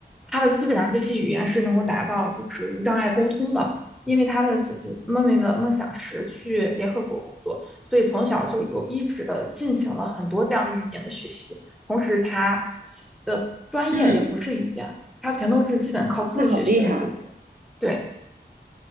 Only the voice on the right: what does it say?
嗯，
那好厉害